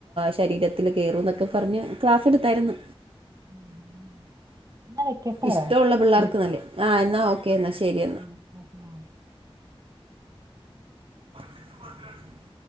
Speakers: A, on the right; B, on the right.
A: ശരീരത്തിൽ കയറും എന്നൊക്കെ പറഞ്ഞ് ക്ലാസ്സെടുത്തായിരുന്നു.
B: ആ അതന്നെ എന്നാ വെക്കട്ടെ
A: ഇഷ്ടമുള്ള പിള്ളേർക്ക്ന്നല്ലേ
B: വിളി
A: ആ എന്നാ ഓക്കേ എന്നാ ശരിയ
B: വിളിക്കാട്ടോ
A: ആഹ <unintelligible>